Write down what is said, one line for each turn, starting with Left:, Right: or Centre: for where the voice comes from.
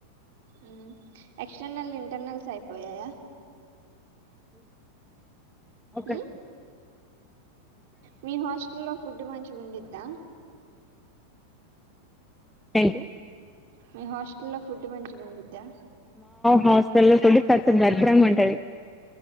Right: ఉ ఎక్స్టెర్నల్ ఇంటర్నల్స్ అయిపోయాయా
Centre: ఓకే
Right: ఉ మీ హాస్టల్ లో ఫుడ్ మంచిగా ఉండిద్దా
Centre: ఏంటి
Right: మీ హాస్టల్లో ఫుడ్ మంచిగా ఉండిద్దా
Centre: హాస్టెల్ లో పుడ్ తట్ట ధరింధ్రంగా ఉంటది